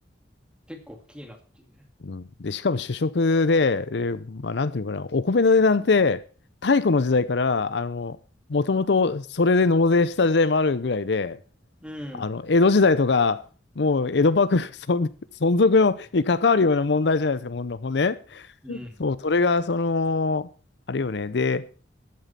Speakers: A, in the centre; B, on the left.
A: 結構大きいなっていうね。
B: うん。で、しかも主食で、で、まあ、なんていうのかな、お米の値段って、太古の時代から、あの、もともとそれで納税した時代もあるぐらいで、
A: うん。
B: あの、江戸時代とか、もう江戸幕府 <laughs> 存、存続のに関わるような問題じゃないですか、ほんの、ほんね。
A: うん。
B: そう、それが、その、あれよね。で、